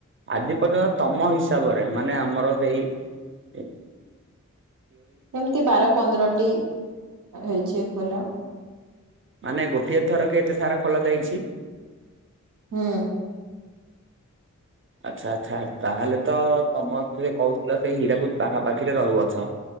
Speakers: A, on the right; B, on the right.
A: ଆଜି ପର୍ଯ୍ୟନ୍ତ ତମ ହିସାବରେ, ମାନେ ଆମର ସେଇ ହୁଁ।
B: ଏମିତି ବାର ପନ୍ଦରଟି ହେଇଛି ଖୋଲା।
A: ମାନେ ଗୋଟିଏ ଥରକେ ଏତେ ସାରା ଖୋଲା ଯାଇଛି।
B: ହୁଁ।
A: ଆଚ୍ଛା ଆଚ୍ଛା ତାହାଲେ ତ ତମତେ କହୁଥିଲ ସେଇ ହୀରାକୁଦ ପାଖାପାଖିରେ ରହୁଅଛ।